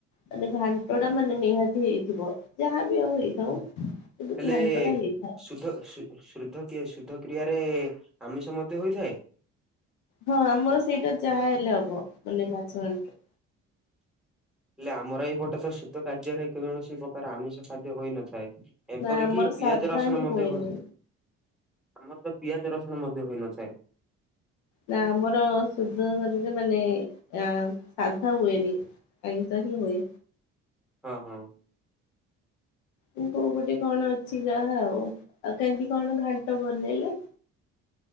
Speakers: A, on the left; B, in the centre.
A: ମାନେ ଘାଣ୍ଟ ଟା ମାନେ ନିହାତି ହେଇଥିବ ଯାହାବ ଆଉ ହେଇଥାଉ। କିନ୍ତୁ
B: ହେଲେ
A: ଘାଣ୍ଟ ଟା ହେଇଥାଏ।
B: ସୁଧ ସୁ। ଶୁଦ୍ଧ ଶୁଦ୍ଧ କ୍ରିୟାରେ ଆମିଷ ମତେ ହୋଇଥାଏ।
A: ହଁ, ଆମର ସେଇଟା ଯାହା ହେଲେ ହବ। ମାନେ ମାଛ ଆଣିଲେ।
B: ହେଲେ, ଆମର ଏଇପଟେ ତ ସୂତ କାର୍ଯ୍ୟରେ କୌଣସି ପ୍ରକାର ଆମିଷ ଖାଦ୍ୟ ହୋଇନଥାଏ। ଏପରିକି
A: ନା ଆମର ସାଧା
B: ପିଆଜ, ରସୁଣ
A: ହିଁ
B: ମଧ୍ୟ
A: ହୁଏନି।
B: ହଉ। ଆମର ତ ପିଆଜ, ରସୁଣ ମଧ୍ୟ ହୋଇନଥାଏ।
A: ନା, ଆମର ସୁଦ <unintelligible> ମାନେ ଆଁ ସାଧା ହୁଏନି। ଆଇଁଷ ହିଁ ହୁଏ।
B: ହଁ, ହୁଁ।
A: କୋଉ କୋଉ ପଟେ କଣ ଅଛି ଯାହା ଆଉ, ଆଉ କେମିତି କଣ ଘାଣ୍ଟ ବନେଇଲେ?